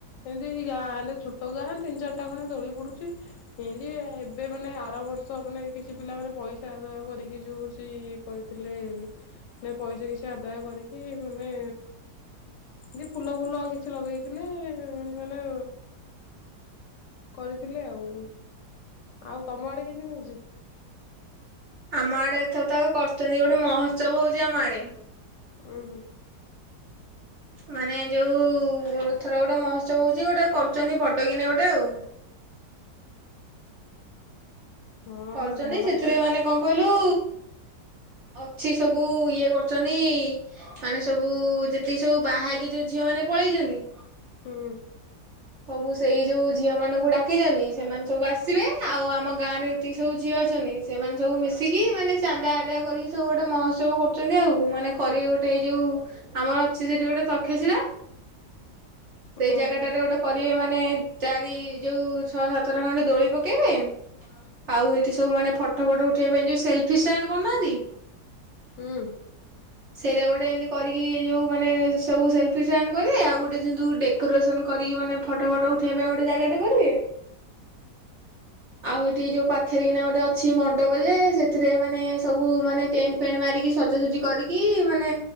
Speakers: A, on the left (about 85°); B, on the right (about 60°).
A: ଏମିତି ଏଇ ଗାଁ ଛୋଟ ଗାଁ ତିନି ଚାରିଟା ଖଣ୍ଡେ ଦୋଳି ପଡ଼ୁଛି ଏନ୍ତି ଆ ଏ ବେ ମାନେ ଆର ବର୍ଷ ମାନେ କିଛି ପିଲା ମାନେ ପଇସା ଆଦାୟ କରିକି ଯୋଉ ହୋଉଚି କରିଥିଲେ ନେ ପଇସା କିଛି ଆଦାୟ କରିକି ମାନେ ଏତି ଫୁଲ ଫୁଲ କିଛି ଲଗେଇଥିଲେ ଏମିତି ମାନେ କରିଥିଲେ ଆଉ ଆଉ ତମ ଆଡ଼େ କେମିତି ହୋଉଚି?
B: ଆମ ଆଡ଼େ ଏଥର ତ କରୁଛନ୍ତି ଗୋଟେ ମହୋତ୍ସବ ହୋଉଚି ଆମ ଆଡ଼େ।
A: ଉଁ ହୁ।
B: ମାନେ ଯୋଉ ଏଥର ଗୋଟେ ମହୋତ୍ସବ ହୋଉଚି ଗୋଟେ କରୁଛନ୍ତି ବଡ଼ କିିନେ ଗୋଟେ ଆଉ।
A: ହଁ
B: କରୁଛନ୍ତି
A: ବଡ
B: ସେଥିରେ
A: କି
B: ମାନେ କଣ କହିଲୁ ଅଛି ସବୁ ଇଏ କରୁଚନ୍ତି। ମାନେ ସବୁ ଯେତିକି ସବୁ ବାହା ହେଇକି ଯୋଉ ଝିଅ ମାନେ ପଳେଇଚନ୍ତି।
A: ହୁଁ।
B: ସବୁ ସେଇ ଯୋଉ ଝିଅମାନଙ୍କୁ ଡ଼ାକିଛନ୍ତି ସେମାନେ ସବୁ ଆସିବେ ଆଉ ଆମ ଗାଁରେ ଯେତିକି ସବୁ ଝିଅ ଅଛନ୍ତି ସେମାନେ ସବୁ ମିଶିକି ମାନେ ଚାନ୍ଦା ଆଦାୟ କରିକି ସବୁ ଗୋଟେ ମହୋତ୍ସବ କରୁଛନ୍ତି ଆଉ ମାନେ କରିବେ ଗୋଟେ ଏଇ ଯୋଉ ଆମର ଅଛି ସେଇଠି ଗୋଟେ ତକ୍ଷଶିଳା ସେଇ
A: ଓହୋ
B: ଜାଗାଟାରେ ଗୋଟେ କରିବେ ମାନେ ଚାରି ଯୋଉ ଛଅ ସାତଟା ଖଣ୍ଡେ ଦୋଳି ପକେଇବେ। ଆଉ ଏଇଠି ସବୁ ମାନେ ଫଟ ଫଟ ଉଠେଇବା ପାଇଁ ଯୋଉ ସେଲଫି ଷ୍ଟାଣ୍ଡ କରୁନାହାନ୍ତି
A: ହୁଁ।
B: ସେଇଟା ଗୋଟେ ଏନ୍ତି କରିକି ଏ ଯୋଉ ମାନେ ସବୁ ସେଲ୍ଫି ଷ୍ଟାଣ୍ଡ କରିବେ ଆଉ ଗୋଟେ <unintelligible> ଡ କରିକି ମାନେ ଫଟୋ ଫଟ ଉଠେଇବା ପାଇଁ ଗୋଟେ ଜାଗାଟେ କରିବେ। ଆଉ ସେଠି ଯୋଉ ପାଖରେ କି ନା ଗୋଟେ ଅଛି ମଣ୍ଡପ ଯେ ଏଥିରେ ମାନେ ସବୁ ମାନେ ଟେଣ୍ଟ ଫେଣ୍ଟ ମାରିକି ସଜାସଜିି କରିକି ମାନେ